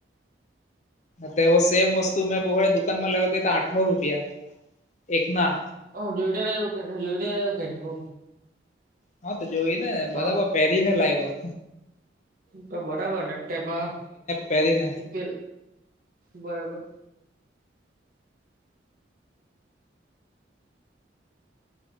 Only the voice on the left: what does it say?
તેવ સેમ વસ્તુ મેં બો દુકાનમાં લેવા ગયા તો, આઠો રૂપિયા એકના?
હા તો જોય ને બરાબર
પહેરીને લાઈવા.
પહેરીને